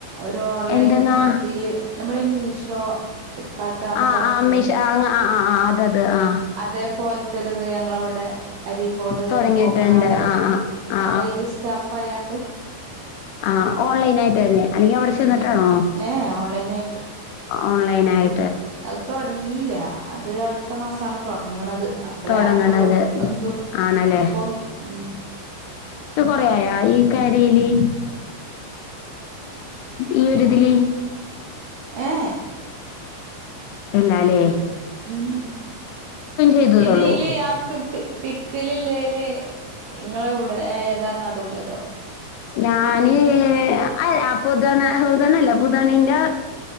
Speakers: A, on the right; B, on the left.
A: ഒരു ഓൺലൈൻ
B: എന്തെന്നാ
A: ഇതിൽ ഞമ്മള് ഈ മീഷോ ഫ്ലിപ്കാർട്ട് ആമസോൺ
B: ആഹ് ആഹ്
A: ഒക്കെ ഇല്ലേ
B: മിഷ ആഹ് ആഹ് ആഹ് അതത് ആഹ്
A: അതേപോല ത്തരുത് ഞങ്ങളവിടെ അരിഫോഡ്
B: തുടങ്ങിയിട്ടുണ്ട്
A: ഓപ്പൺ ആൾട്ട്
B: ആ ആ
A: അപ്പ അയില് സ്റ്റാഫ്‌ ആയാണ്ട്
B: ആഹ് ഓൺലൈനായിട്ട് തന്നെ അല്ലെങ്കിൽ അവിടെ ചെന്നിട്ടാണോ
A: ഉം ഏ ഓൺലൈൻ ആയിട്ട്
B: ഓൺലൈനായി
A: അത് തൊടങ്ങിയില്ല അത് അടു അടുത്ത മാസമാണ് തുടങ്ങണത് അപ്പളേ
B: തുടങ്ങണത്
A: അറിയുള്ളൂ ഇപ്പ എന്തപ്പൊ
B: ആണല്ലേ
A: ഉ
B: യയാ ഈ കാര്യയില് ഈ ഒരു ഇതില്
A: ഏ
B: ഇല്ല അല്ലേ
A: ഉം
B: ചെയ്തതള്ളൂ
A: ഇതില് ആ പിക്ക് ഇല്ല ഇല്ലേല്ലേ ഇങ്ങളെ ഇവിടെ ഏതാ നട നടുക്കുള്ളതോ
B: ഞാന് അ അപ്പൊതന്ന പുതുപെണ്ണല്ല പുധുപെണിന്റെ